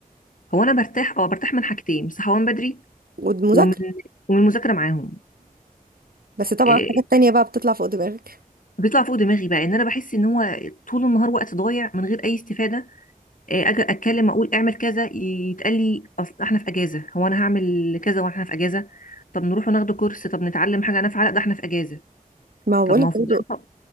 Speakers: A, on the left; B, on the right.
A: هو انا برتاح اه برتاح من حاجتين من صحوان بدري
B: والمذاكرة
A: ومن ومن المذاكره معاهم
B: بس طبعا
A: إيه
B: حاجات تانية بقى بتطلع فوق دماغك
A: بيطلع فوق دماغي بقى ان انا بحس ان هو طول النهار وقت ضايع من غير اي استفاده إيه اجي اتكلم اقول اعمل كذا يتقال لي اصل احنا في اجازه هو انا هعمل كذا واحنا في اجازه طب نروح وناخد كورس طب نتعلم حاجه نافعه لا ده احنا في اجازه
B: ما هو
A: طب
B: بقولك
A: ما هو في
B: برضو
A: الدراسه